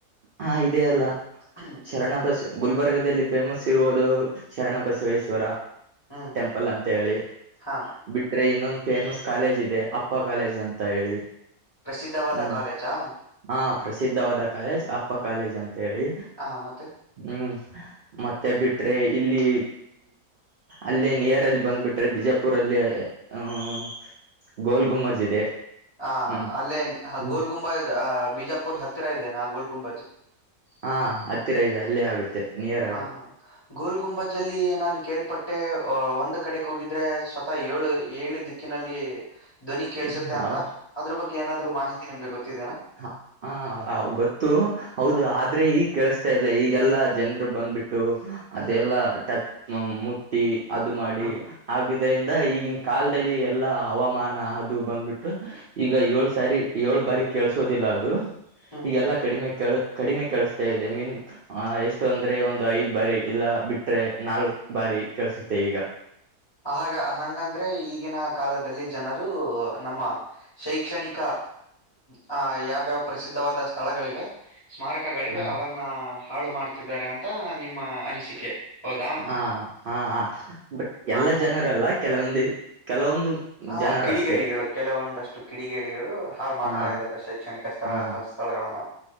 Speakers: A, on the right; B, on the left.
A: ಹಾ ಇದದೆ ಅಲ್ಲ
B: ಹ್ಮ್
A: ಶರಣಬಸ ಗುಲ್ಬರ್ಗದಲ್ಲಿ ಫೇಮಸ್ ಇರುವುದು ಶರಣಬಸವೇಶ್ವರ
B: ಹ್ಮ್ ಹ್ಮ್
A: ಟೆಂಪಲ್ ಅಂತ ಹೇಳಿ
B: ಹಾ
A: ಬಿಟ್ರೆ ಇನ್ನೊಂದ ನನ್ ಕಾಲೇಜಿದೆ, ಅಪ್ಪ ಕಾಲೇಜು ಅಂತ ಹೇಳಿ
B: ಪ್ರಸಿದ್ಧವಾದ
A: ಹ್ಮ್
B: ಕಾಲೇಜಾ
A: ಹಾ ಪ್ರಸಿದ್ಧವಾದ ಕಾಲೇಜ್ ಅಪ್ಪ ಕಾಲೇಜ್ ಅಂತ ಹೇಳಿ
B: ಹಾ ಮತ್ತೆ
A: ಹ್ಮ್ ಮತ್ತೆ ಬಿಟ್ರೆ ಇಲ್ಲಿ ಅಲ್ಲೇ ನಿಯರ್ ಅಲ್ಲಿ ಬಂದ್ ಬಿಿಟ್ರೆ ಬಿಜಾಪುರಲ್ಲಿ ಹ್ಮ ಗೋಲ್ ಗುಮ್ಮಜ್ ಇದೆ
B: ಹ
A: ಹ್ಮ್
B: ಅಲ್ಲೇ
A: ಹ್ಮ್
B: ಗೋಲ್ ಗುಂಬಾಜ್ ಬಿಜಾಪುರ್ ಹತ್ತಿರ ಇದೇನಾಾ ಗೋಲ್ ಗುಂ
A: ಹಾ ಹತ್ತಿರ ಇದೆ ಅಲ್ಲೇ ಆಗುತ್ತೆ ನಿಯರ್ ಆಗುತ್ತೆ
B: ಹಾ ಹಾ ಗೋಲ್ ಗುಂಬಜ್ಲ್ಲಿ ನಾನನ್ ಕೇಳ್ಪಟ್ಟೆ ಅಹ ಒಂದ್ ಕಡೆಗೆ ಹೋಗಿದ್ರೆ ಸ್ವತಃ ಏಳು ಏಳ ದಿಕ್ಕ ಬಕಿನಲ್ಲಿ ಧ್ವನಿ ಕೇಳಸುತ್ತೆ
A: ಹ್ಮ
B: ಅಂತ
A: ಹೌ
B: ಅದ್ರ ಬಗ್ಗೆ ಏನಾದ್ರು ಮಾಹಿತಿ ನಿಮ್ಗೆ ಗೊತ್ತಿದೆೇನಾ
A: ಹ ಹ ಗೊತ್ತು ಹೌದು
B: ಹ,
A: ಆದ್ರೆ ಈಗ್ ಕೇಳಿಸತಾ ಇಲ್ಲ ಈಗೆಲ್ಲಾ ಜನ್ರು ಬಂದ್ಬಿಟ್ಟು ಟ್ಟ ಅದೆಲ್ಲ
B: ಹ್ಮ್
A: ಮುಟ್ಟಿ ಅದು ಮಾಡಿ
B: ಹ್ಮ್
A: ಆಗಿರದ್ರಿಂದ ಈಗಿನ ಕಾಲದಲ್ಲಿ ಎಲ್ಲಾ ಅವಮಾನ ಅದು ಬಂದ್ಬಿಟ್ಟು ಈಗ ಏಳ್ ಸಾರಿ ಏಳ್ ಬಾರಿ ಕೆೇಳಸೋದಿಲ್ಲ ಅದು
B: ಹ್ಮ್
A: ಈಗಲ್ಲಾ ಕಡಿಮೆ ಕೆ ಕಡಿಮೆ ಕೇಳಿಸ್ತಾ ಇದೆ ಆ ಎಷ್ಟು ಅಂದ್ರೆ ಒಂದು ಐದ್ ಬಾರಿ ಇಲ್ಲ ಬಿಟ್ರೆ ನಾಲ್ಕ್ ಬಾರಿ ಕೆಳ್ಸುತ್ತೆ ಈಗ
B: ಹಾ ಹಂಗಂದ್ರೆ ಈಗಿನ ಕಾಲದಲ್ಲಿ ಜನರು ನಮ್ಮ ಶೈಕ್ಷಣಿಕ ಯಾವ ಯಾವ ಪ್ರಸಿದ್ಧ ಸ್ಥಳಗಳಿವೆ ಮಾರಕಗಳಿದ್ದಾವೆ
A: ಹ
B: ಅವನು ಹಾಳು ಮಾಡುತ್ತಿದ್ದಾರೆ ಅಂತ ನಿಮ್ಮ ಅನಿಸಿಕೆ ಹೌದಾ
A: ಹಾ ಹಾ ಬಟ್
B: ಹ
A: ಎಲ್ಲ
B: ಹಾ
A: ಜನರಲ್ಲ ಕೆಲವೊಂದು ಕೆಲವೊಂದು
B: ಹಾ
A: ಜನರು
B: ಕಿಡಿಗೇಡಿಗಳು
A: ಅಷ್ಟೇ
B: ಕೆಲವೊಂದಷ್ಟು ಕಿಡಿಗೇಡಿಗಳು ಹಾಳು ಮಾಡ್ತಾ
A: ಹಾ
B: ಇದ್ದಾರೆ ಶೈಕ್ಷಣಿಕ ಸ್ಳ
A: ಹಾ
B: ಸ್ಥಳಗಳಗಳನ್ನು